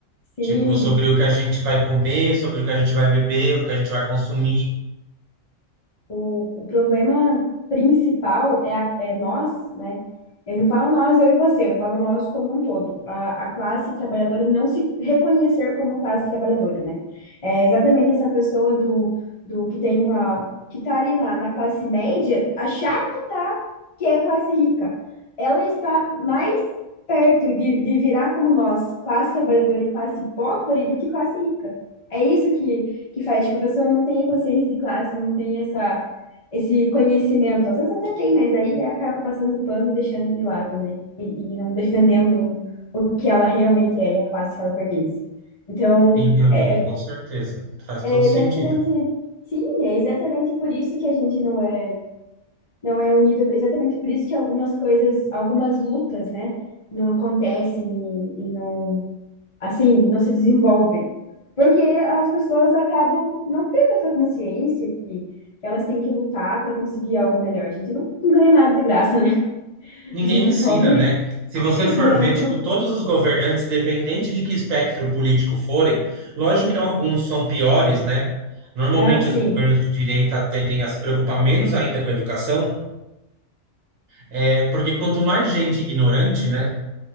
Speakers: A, on the left; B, on the right.
A: Sim,
B: Tipo, sobre o que a gente vai comer, sobre o que a gente vai beber, o que a gente vai consumir.
A: O, o problema principal é, a- é nós, né? Eu não falo nós, eu e você, eu falo nós como um todo. A, a classe trabalhadora não se reconhecer como classe trabalhadora, né? É exatamente essa pessoa do, do que tem uma, que tá ali na, na classe média, achar que tá, que é classe rica. Ela está mais perto de, de virar como nós, classe trabalhadora e classe pobre, do que classe rica. É isso que, que faz, tipo, a pessoa não tem a consciência de classe, não tem essa esse conhecimento. Às vezes até tem, mas aí acaba passando pano e deixando de lado, né? E, e não defendendo o que ela realmente é e a classe que ela pertence. Então,
B: Sim, minha amiga,
A: é, é
B: com certeza. Faz todo
A: é
B: sentido.
A: exatamente. Sim, é exatamente por isso que a gente não é, não é unido, é exatamente por isso que algumas coisas, algumas lutas, né, não acontecem e, e não assim, não se desenvolvem. Porque as pessoas acabam não tendo essa consciência que, que elas têm que lutar para conseguir algo melhor. A gente não, não ganha nada de graça, né? <laughs>
B: Ninguém
A: A gente
B: ensina,
A: pobre,
B: né? Se você
A: <laughs>
B: for
A: não.
B: ver, tipo, todos os governantes, independente de que espectro político forem, lógico
A: Sim,
B: que alguns são piores, né? Normalmente
A: ah, sim,
B: os governos de direita tendem a se preocupar menos ainda com a educação, é porque quanto mais gente ignorante, né?